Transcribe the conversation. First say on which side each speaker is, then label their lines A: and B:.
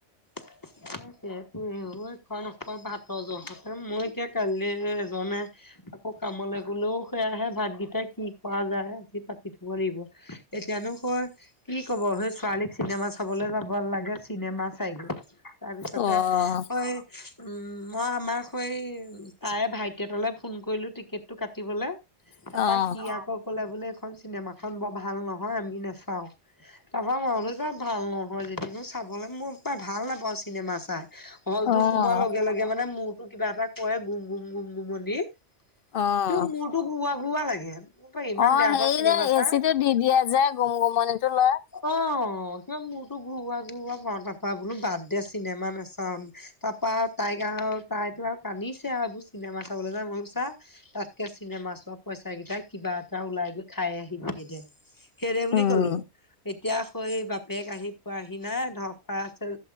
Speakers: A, on the left; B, on the left.
A: <unintelligible> মই এতিয়া কাইলে যাওঁনে, আকৌ কামলে গ'লেও সেয়াহে ভাতকেইটা কি কৰা যায় আজি পাতি থব লাগিব। এতিয়ানো ক কি ক'ব সেই ছোৱালীক চিনেমা চাবলে যাব লাগে চিনেমা চাইগৈ। তাৰপিছতে
B: অ',
A: ঐ উম, মই আমাৰ হৈ তাৰে ভাইটী এটালে ফোন কৰিলো টিকেটটো কাটিবলে। তাপা
B: অ',
A: সি আকৌ ক'লে বোলে এইখন চিনেমাখন বৰ ভাল নহয় আমি নাচাওঁ। তাপা মই বোলো যা ভাল নহয় যদিনো চাবলৈ মোৰ পায় ভাল নাপাওঁ চিনেমা চাই, হলটোত
B: অ',
A: সোমোৱাৰ লগে লগে তেতিয়া মানে মূৰটো কিবা এটা কয় গুম গুম গুম গুমনি
B: অ'।
A: তোৰ তোৰ ঘুৱা ঘুৱা লাগে। মোৰ ইমান
B: অ'
A: বেয়া
B: হেৰি
A: পাওঁ চিনেমা
B: যে
A: চাই।
B: এচিটো দি দিয়ে যে, গুম-গুমনিটো লয়।
A: অ' কিবা মোৰটো ঘুৰুৱা ঘুৰুৱা পাওঁ। তাৰ পৰা বোলো বাদ দে চিনেমা নাচাওঁ। তাপা তাইক আ তাইতো আও কান্দিছে আও এইবোৰ চিনেমা চাবলে যাওঁ। মই বোলো চা তাতকে চিনেমা চোৱা পইচাকেইটাই কিবা এটা ওলাই গৈ খাই আহিবিগে দে। সেই বুলি
B: উম
A: ক'লো, এতিয়া সই বাপেক আহি পোৱাহি নাই ধৰ ফৰাই আছে